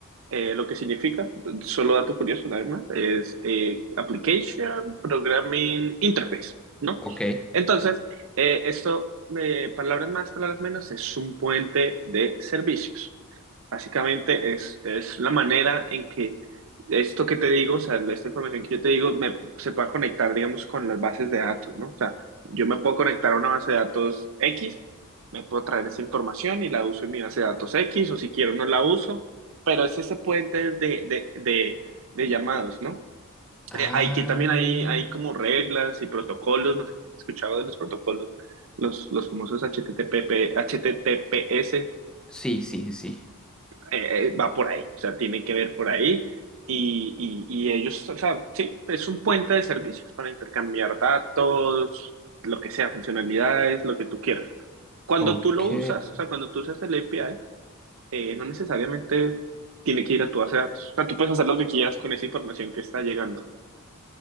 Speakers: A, on the right; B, in the centre.
A: eh, lo que significa, solo dato curioso nada más, es eh, Application Programming Interface, ¿no?
B: Ok.
A: Entonces, eh, esto, eh, palabras más, palabras menos, es un puente de servicios. Básicamente es, es la manera en que esto que te digo, o sea, esta información que yo te digo, me, se pueda conectar, digamos, con las bases de datos, ¿no? O sea, yo me puedo conectar a una base de datos X, me puedo traer esa información y la uso en mi base de datos X, o si quiero no la uso, pero es ese puente de, de, de, de llamados, ¿no?
B: Ah.
A: eh, hay que también hay, hay como reglas y protocolos, no sé si has escuchado de los protocolos, los, los famosos HTTP, HTTPS, eh,
B: Sí, sí, sí.
A: eh, va por ahí, o sea, tiene que ver por ahí. Y, y, y ellos, o sea, sí, es un puente de servicios para intercambiar datos, lo que sea, funcionalidades, lo que tú quieras. Cuando
B: Ok.
A: tú lo usas, o sea, cuando tú usas el API, eh, no necesariamente tiene que ir a tu base de datos. O sea, tú puedes hacer lo que quieras con esa información que está llegando.